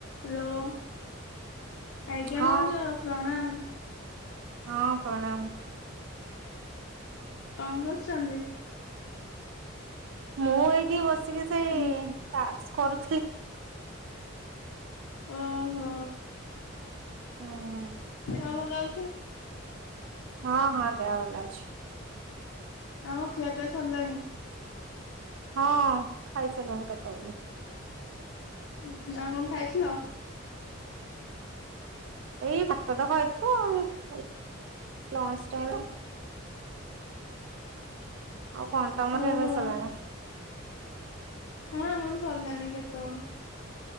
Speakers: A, on the left; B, on the right.
A: Hello ଆଜ୍ଞା
B: ହଁ
A: ଭାଉଜ ପ୍ରଣାମ।
B: ହଁ ପ୍ରଣାମ୍।
A: କଣ କରୁଛନ୍ତି?
B: ମୁଁ ଏଇଠି ବସିକି ସେଇ
A: ମୁଁ
B: ଟାସ୍କ କରୁଥିଲି।
A: ଓହୋ
B: ହୁଁ।
A: ଦେହ ଭଲ ଅଛି?
B: ହଁ ହଁ ଦେହ ଭଲ ଅଛି।
A: ଆଉ ଖିଆପିଆ ସରିଲାଣି?
B: ହଁ ଖାଇସିଲୁଣି କେତେବେଳୁ।
A: ଉଁ ହୁଁ ଆଉ କଣ ଖାଇଥିଲ?
B: ଏଇ ଭାତ ତ ଖାଇଥିଲୁ ଆଉ ଏ ଲଞ୍ଚ ଟାଇମ୍ ରେ ଆଉ କଣ ତମର
A: ଓହୋ
B: ଏବେ ସଲାନା?
A: ହଁ ଆମର ସରିଲାଣି କେତେବେଳୁ।